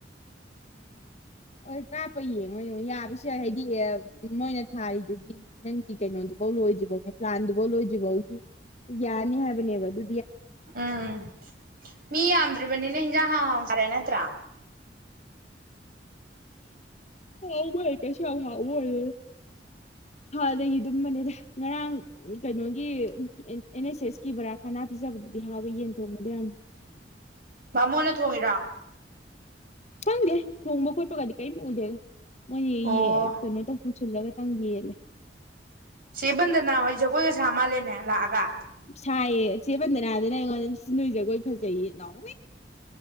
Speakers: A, on the left; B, on the right.
A: ꯑꯣ ꯀꯥꯞꯄꯩꯌꯦ ꯃꯣꯏ ꯌꯥ ꯍꯥꯏꯦꯗꯤ ꯃꯣꯏꯅ ꯊꯥꯔꯤꯗꯨꯗꯤ ꯅꯪꯒꯤ ꯀꯩꯅꯣꯗꯨꯐꯥꯎ ꯂꯣꯏꯗ꯭ꯐꯧꯅꯦ ꯄ꯭ꯂꯥꯟꯗꯨꯐꯥꯎ ꯂꯣꯏꯗ꯭ꯔꯤꯐꯥꯎꯗꯤ ꯌꯥꯅꯤ ꯍꯥꯏꯕꯅꯦꯕ ꯑꯗꯨ
B: ꯎꯝ ꯃꯤ ꯌꯥꯝꯗ꯭ꯔꯤꯕꯅꯤꯅ ꯍꯤꯟꯖꯥꯡ ꯑ ꯀꯔꯦꯅꯠꯇ
A: ꯍꯥꯎꯕꯣꯏ ꯀꯩꯁꯨ ꯌꯥꯝ ꯍꯥꯎꯕꯔꯦ ꯍꯥꯟꯗꯒꯤ ꯑꯗꯨꯝꯕꯅꯦꯗ ꯉꯔꯥꯡ ꯀꯩꯅꯣꯒꯤ ꯑꯦꯟ ꯑꯦꯁ ꯑꯦꯁꯀꯤ ꯕꯔꯥ ꯀꯅꯥ ꯄꯤꯖꯕꯗꯨꯗꯤ ꯍꯥꯎꯋꯦ ꯌꯦꯟ ꯊꯣꯡꯕꯗ ꯌꯥꯝ
B: ꯃꯥꯃꯣꯅ ꯊꯣꯡꯉꯤꯔꯥ
A: ꯆꯪꯦ ꯊꯣꯡꯕ ꯈꯣꯠꯄꯒꯗꯤ ꯀꯩꯗꯦꯒ ꯃꯣꯏ
B: ꯑꯣ
A: ꯀꯩꯅꯣ ꯆꯜꯂꯒꯇꯪ ꯌꯦꯌꯦꯂꯦ
B: ꯁꯤꯕꯟꯗꯅꯍ ꯍꯣꯏ ꯖꯒꯣꯏꯁꯨꯁ ꯁꯥ ꯃꯥꯜꯂꯦꯅꯦ ꯂꯥꯛꯑꯒ
A: ꯁꯥꯏꯌꯦ ꯆꯦꯕꯟꯗꯅꯥꯗꯅ ꯑꯩꯉꯣꯟꯗ ꯁꯤ ꯅꯣꯏ ꯖꯒꯣꯏ ꯐꯖꯩꯌꯦ ꯅꯥꯎ